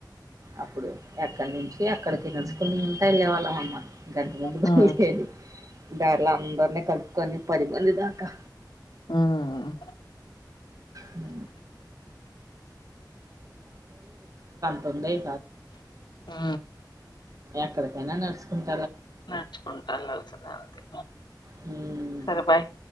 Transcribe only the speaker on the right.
అప్పుడు ఎక్కడి నుంచి ఎక్కడకి నచుకుంటా వెళ్ళే వాళ్ళం అనమా గంట ముందు
బయల్దేరి దారిలో అందరినీ కలుపుకొని పది మంది దాకా
హ తొందై
ఎక్కడికైనా నడుసుకున్
ఉమ్.